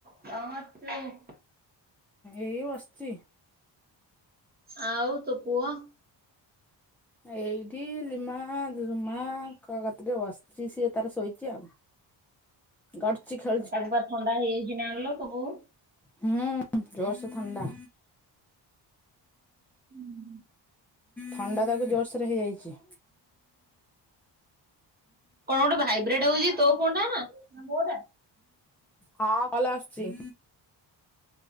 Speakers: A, on the right; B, in the centre.
A: କଣ କରୁଛୁ?
B: ଏଇ ବସିଛି।
A: ଆଉ ତୋ ପୁଅ
B: ଏଇଠି ଲିମା-ଆ-ଆ, ରୁମା-ଆ କ କ ଟିକେ ବସିଛି ସିଏ ତାର ଶୋଇଛି ଆଉ। ଗଡୁଛି ଖ
A: ଉ ତାକୁ ପା ଥଣ୍ଡା ହେଇଯାଇଚି ନା କଣ ଲୋ ତୋ ବୋଉ
B: ହୁଁ ଜୋରସ ଥଣ୍ଡା।
A: ହୁଁ।
B: ଥଣ୍ଡା ତାକୁ ଜୋରସୋରେ ହେଇଯାଇଚି।
A: କଣ ଗୋଟେ ଭାଇବ୍ରେଡ ହଉଛି ତୋ ଫୋନଟା ନା ମୋଟା।
B: ହଁ କଲଲ ଆସୁଚି।